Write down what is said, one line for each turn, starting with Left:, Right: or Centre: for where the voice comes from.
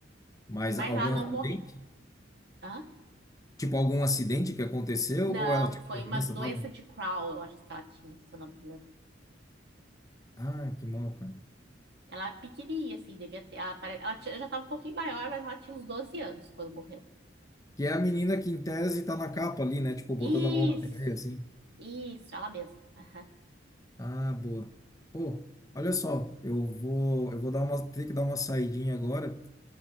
Left: Mas
Right: Mas
Left: algum
Right: ela não
Left: acidente?
Right: morreu. Hã?
Left: Tipo, algum acidente que aconteceu
Right: Não,
Left: ou ela tinha
Right: foi
Left: uma
Right: uma
Left: doença,
Right: doença
Left: sabe?
Right: de Crohn, eu acho que ela tinha, se eu não me engano.
Left: Ah, que mal, cara.
Right: Ela é pequenininha, assim, devia ter. Ela, pare- ela tinha- já estava um pouquinho maior, mas ela tinha uns 12 anos quando morreu.
Left: Que é a menina que, em tese, tá na capa ali, né? Tipo, botando
Right: Isso,
Left: a mão na TV, assim.
Right: isso, ela mesma. Aham.
Left: Ah, boa. Pô, olha só, eu vou, eu vou dar uma, ter que dar uma saidinha agora.